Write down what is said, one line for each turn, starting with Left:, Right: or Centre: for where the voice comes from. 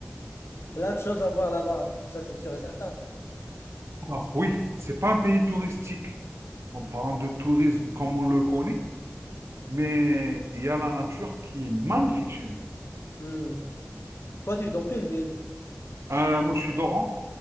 Left: plein de choses à voir là-bas, hein. Ça c'est sûr et certain.
Right: Alors, oui, c'est pas un pays touristique, en parlant de tourisme comme on le connaît, mais il y a la nature qui est magnifique chez nous.
Left: Hmm. Toi tu es dans quelle ville?
Right: Euh, moi, je suis d'Oran.